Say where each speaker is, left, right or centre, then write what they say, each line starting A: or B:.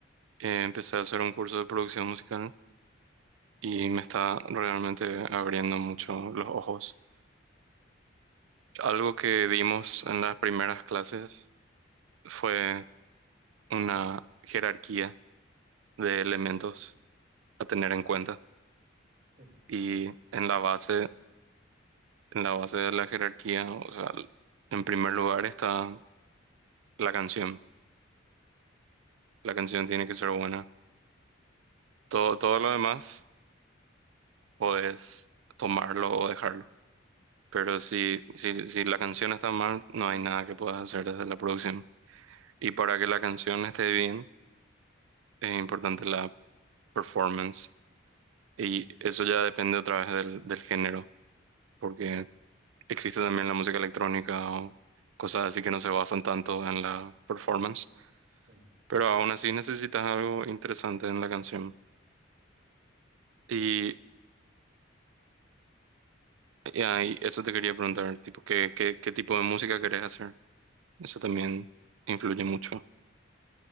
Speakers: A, on the right; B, on the right.
A: Eh, empecé a hacer un curso de producción musical y me está realmente abriendo mucho los ojos. Algo que vimos en las primeras clases fue una jerarquía de elementos a tener en cuenta.
B: Sí,
A: Y en la base, en la base de la jerarquía, o sea, en primer lugar está la canción. La canción tiene que ser buena. Todo, todo lo demás podés tomarlo o dejarlo. Pero si, si, si la canción está mal, no hay nada que puedas hacer desde la producción. Y para que la canción esté bien, es importante la performance. Y
B: mm,
A: eso ya depende otra vez del, del género, porque existe también la música electrónica o cosas así que no se basan tanto en la performance.
B: sí.
A: Pero aún así necesitas algo interesante en la canción. Y, y ahí, eso te quería preguntar, tipo, ¿qué, qué, qué tipo de música querés hacer? Eso también influye mucho.